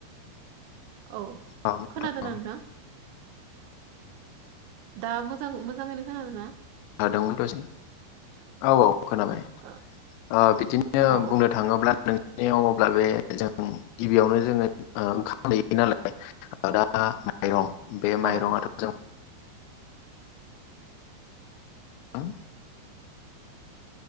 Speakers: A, on the right; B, on the left.
A: औ
B: औ
A: गोनां
B: औ
A: ना दा मोजां मोजाङैनो खोनादों ना?
B: <unintelligible> दोंंमोन दस औ औ खोनाबाय
A: ओ
B: ओ बिदिनो <unintelligible>
A: औ
B: बुंनो थाङोब्लाों नों <unintelligible> अब्ला बे जों गिबियावनो जोङो ओ ओंखाम दैयो नालाय दा माइरं बे
A: औ
B: माइरङाथ'
A: औ
B: जों हो